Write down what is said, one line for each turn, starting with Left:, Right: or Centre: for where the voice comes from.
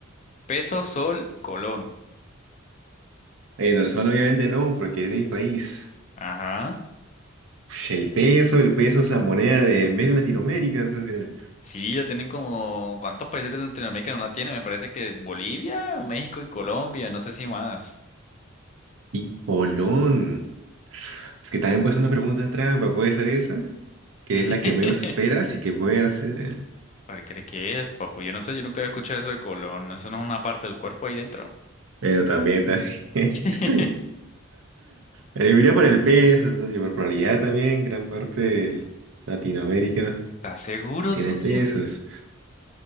Left: Peso, sol, colón.
Right: Eh, no, solo obviamente no, porque es de mi país.
Left: Ajá.
Right: Ush, el peso, el peso es la moneda de medio Latinoamérica, socio.
Left: Sí, la tienen como... ¿Cuántos países de Latinoamérica no la tienen? Me parece que Bolivia, México y Colombia, no sé si más.
Right: Y Colón. Es que también puede ser una pregunta trampa, puede ser esa, que
Left: <laughs>
Right: es la que menos esperas y que puede hacer. eh.
Left: ¿Cuál cree que es, papu? Yo no sé, yo nunca había escuchado eso de colon. Eso no es una parte del cuerpo ahí dentro.
Right: Pero también, también.
Left: <laughs>
Right: <laughs> Eh, Mira por el peso, socio, por probabilidad también, gran parte de Latinoamérica.
Left: ¿Estás seguro,
Right: Tiene
Left: socio?
Right: pesos.